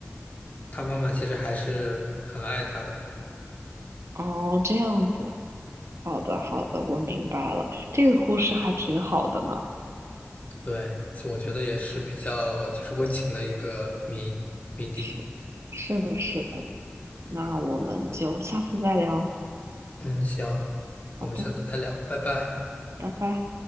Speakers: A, on the left; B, on the right.
A: 他妈妈其实还是很爱他的。
B: 哦，这样子，好的好的，我明白了，这个故事还挺好的呢。
A: 对，其实我觉得也是比较就是温情的一个谜谜底。
B: 是是的是的，那我们就下次再聊。
A: 嗯，行，
B: 好的，
A: 我们下次再聊，拜拜。
B: 拜拜。